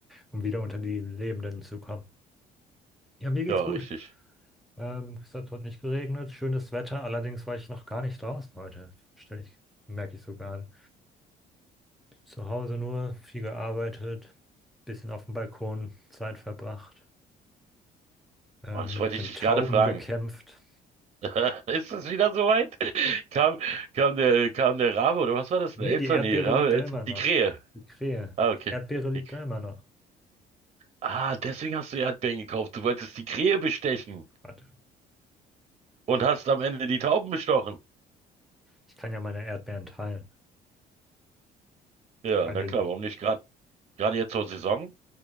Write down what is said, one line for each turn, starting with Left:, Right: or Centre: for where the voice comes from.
Centre: um wieder unter die Lebenden zu kommen. Ja, mir geht's
Right: Ja,
Centre: gut.
Right: richtig.
Centre: Ähm, es hat heute nicht geregnet, schönes Wetter. Allerdings war ich noch gar nicht draußen heute. Stell ich, merke ich so gerade. Zu Hause nur, viel gearbeitet, bisschen auf dem Balkon Zeit verbracht, äh,
Right: Oh, das
Centre: mit
Right: wollte
Centre: den
Right: ich dich
Centre: Tauben
Right: gerade fragen.
Centre: gekämpft.
Right: <laughs> Ist es wieder soweit? Kam, kam der, kam der Rabe oder was war das?
Centre: Nee,
Right: Eine Elster?
Centre: die Erdbeere
Right: Nee, Rabe,
Centre: liegt da
Right: Elster.
Centre: immer noch.
Right: Die Krähe.
Centre: Die Krähe.
Right: Ah, okay.
Centre: Die Erdbeere liegt
Right: Die,
Centre: da immer noch.
Right: ah, deswegen hast du Erdbeeren gekauft. Du wolltest die Krähe bestechen
Centre: Warte,
Right: und hast am Ende die Tauben bestochen.
Centre: ich kann ja meine Erdbeeren teilen.
Right: Ja,
Centre: Ja,
Right: na
Centre: nee,
Right: klar,
Centre: die-
Right: warum nicht? Gerade gerade jetzt zur Saison?